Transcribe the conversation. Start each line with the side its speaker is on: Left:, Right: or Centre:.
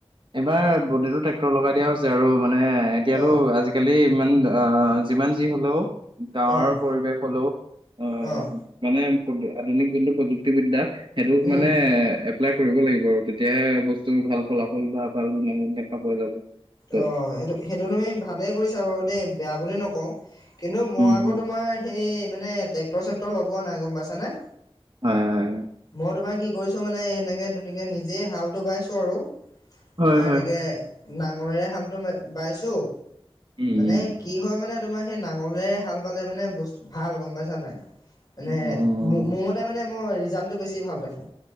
Right: এইবাৰ বোটতো ট্ৰেক্টৰ লগাই দিয়া হৈছে আৰু মানে এতিয়াতো
Left: অ',
Right: আজি আজিকালি ইমান অ যিমান যি হলেও গাঁৱৰ
Left: অ',
Right: পৰিৱেশ হলেও আহ
Left: অ',
Right: মানে আধুনিক যোনটো প্ৰযুক্তি বিদ্যা সেইটোক
Left: উম,
Right: মানে এ কৰিব লাগিব আৰু তেতিয়াহে বস্তুৰ ভাল ফলাফল বা ভাল ন দেখা পোৱা যাব ত
Left: অ এইটো সেইটো তুমি ভালে কৰিছা বাৰু দেই বেয়া বুলি নকওঁ কিন্তু মই
Right: উম
Left: আকৌ
Right: হম
Left: তোমাৰ সেই মানে টেক্টৰ চেক্টৰ লগোৱা নাই গম পাইছানে।
Right: হয় হয়
Left: মই তোমাৰ কি কৰিছো মানে এনেকে ধুনকে নিজেই হালটো বাইছোঁ আৰু
Right: হয়
Left: তোমাৰ
Right: হয় হয়
Left: এনেকে নাঙলেৰে হালতো বাইছো
Right: উম
Left: মানে
Right: উম
Left: কি হয় মানে তোমাৰ সেই নাঙলেৰে হাল বালে মানে ব ভাল গম পাইছা নাই মানে
Right: উম, উম।
Left: মোৰ মতে মানে মই ৰিজাল্টটো বেছি ভাল দেখো